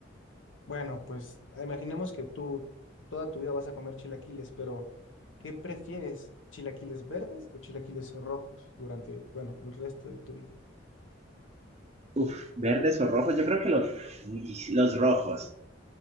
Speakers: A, on the left (about 80°); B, on the right (about 35°).
A: Bueno, pues ah, imaginemos que tú toda tu vida vas a comer chilaquiles, pero ¿qué prefieres? ¿Chilaquiles verdes o chilaquiles rojos durante, bueno, el resto de tu vida?
B: uf, verdes o rojos, yo creo que los, los rojos.